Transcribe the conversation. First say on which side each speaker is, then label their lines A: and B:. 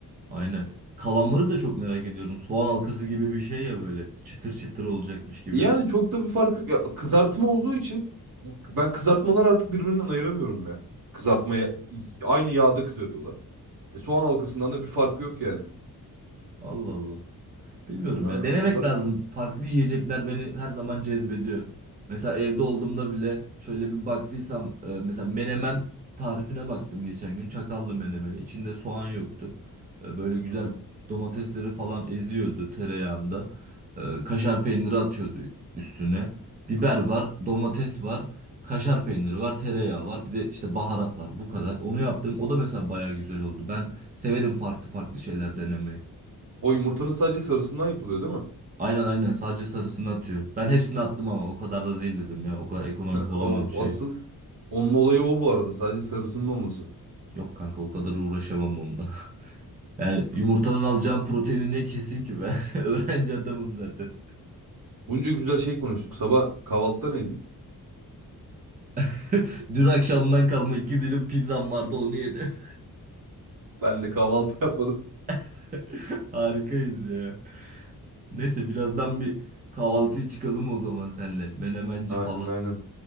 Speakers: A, on the right; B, on the right.
A: aynen. Kalamarı da çok merak ediyorum. Soğan halkası gibi bir şey ya böyle. Çıtır çıtır olacakmış gibi.
B: Yani çok da bir fark yok. Ya kızartma olduğu için ben kızartmaları artık birbirinden ayıramıyorum ya. Kızartmaya aynı yağda kızarıyorlar. E, soğan halkasından da bir farkı yok yani.
A: Allah Allah. Bilmiyorum
B: Yani
A: ya. Denemek
B: o kadar.
A: lazım. Farklı yiyecekler beni her zaman cezbediyor. Mesela evde olduğumda bile şöyle bir baktıysam e, mesela menemen tarifine baktım geçen gün. Çakallı menemeni. İçinde soğan yoktu. E, Böyle güzel
B: Hı hı.
A: domatesleri falan eziyordu tereyağında. E, Kaşar peyniri atıyordu üstüne. Biber var, domates var, kaşar peyniri var, tereyağı var. Bir de işte baharat var. Bu kadar. Onu yaptım. O da mesela bayağı güzel oldu. Ben severim farklı farklı şeyler denemeyi.
B: O yumurtanın sadece sarısından yapılıyor değil mi?
A: Aynen aynen sadece sarısını atıyor. Ben hepsini attım ama o kadar da değil dedim ya. O kadar ekonomik olamam
B: O,
A: şey.
B: asıl onun olayı o bu arada. Sadece sarısının olması.
A: Yok kanka o kadar uğraşamam onunla. <laughs> Yani yumurtadan alacağım proteini niye keseyim ki ben? <laughs> Öğrenci adamım zaten.
B: Bunca güzel şey konuştuk. Sabah kahvaltıda neydin?
A: <laughs> Dün akşamdan kalma iki dilim pizzam vardı onu yedim.
B: Ben de kahvaltı <laughs> yapmadım.
A: <laughs> Harikayız ya. Neyse birazdan bir kahvaltıya çıkalım o zaman senle. Menemenci
B: Aynen
A: falan.
B: aynen.